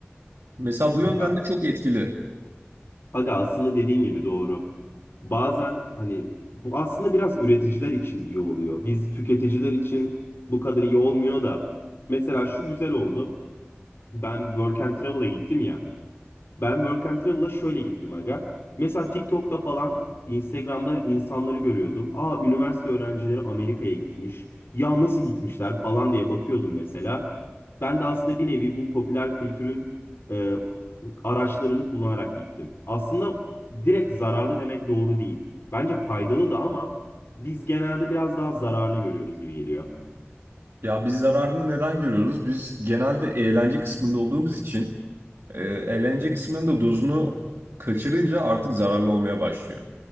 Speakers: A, on the right; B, on the left.
A: Mesela bu yönden
B: ya
A: de çok etkili.
B: aga aslında dediğin gibi doğru. bazen hani bu aslında biraz üreticiler için iyi oluyor. Biz tüketiciler için bu kadar iyi olmuyor da mesela şu güzel oldu. Ben Work and Travel'a gittim ya. Ben Work and Travel'a şöyle gittim aga. Mesela TikTok'ta falan Instagram'da insanları görüyordum. Aa üniversite öğrencileri Amerika'ya gitmiş. Ya nasıl gitmişler falan diye bakıyordum mesela. Ben de aslında bir nevi bu popüler kültürün e, araçlarını kullanarak gittim. Aslında direkt zararlı demek doğru değil. Bence faydalı da ama biz genelde biraz daha zararını görüyoruz gibi geliyor.
A: Ya biz zararını neden görüyoruz? Biz genelde eğlence kısmında olduğumuz için e, eğlence kısmının da dozunu kaçırınca artık zararlı olmaya başlıyor.